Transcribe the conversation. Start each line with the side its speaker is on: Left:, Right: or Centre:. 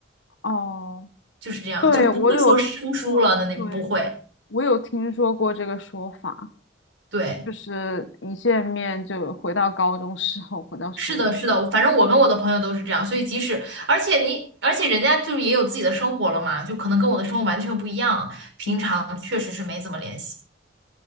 Left: 哦，
Right: 就是这样，
Left: 对，
Right: 就不会说生疏了的那不会，
Left: 我有听说，对，我有听说过这个说法，
Right: 对。
Left: 就是一见面就回到高中时候，回到初中时候。
Right: 是的，是的，反正我跟我的朋友都是这样，所以即使，而且你，而且人家就是也有自己的生活了嘛，就可能跟我的生活完全不一样，平常确实是没怎么联系。
Left: 嗯。